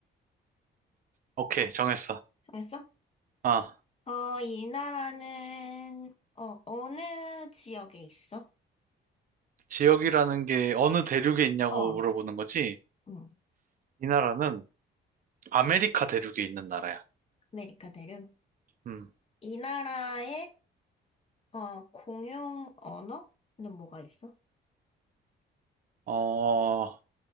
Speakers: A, on the right (about 45°); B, on the left (about 30°).
A: 오케이, 정했어.
B: 잘했어?
A: 아,
B: 어, 이 나라는, 어, 어느 지역에 있어?
A: 지역이라는 게 어느 대륙에 있냐고
B: 어,
A: 물어보는 거지?
B: 응,
A: 이 나라는 아메리카 대륙에 있는 나라야.
B: 아메리카 대륙.
A: 음,
B: 이 나라의, 어, 공용 언어는 뭐가 있어?
A: 어,